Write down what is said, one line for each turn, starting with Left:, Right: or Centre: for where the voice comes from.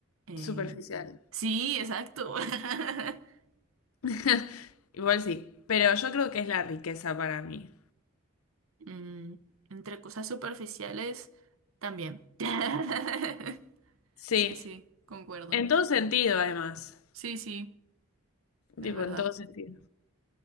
Right: Eh,
Left: superficial.
Right: Sí, exacto. <laughs>
Left: <laughs> Igual sí, pero yo creo que es la riqueza para mí.
Right: Mm, entre cosas superficiales también. <laughs>
Left: Sí,
Right: Sí, sí, concuerdo.
Left: en todo sentido, además.
Right: Sí, sí, es
Left: Tipo,
Right: verdad.
Left: en todo sentido.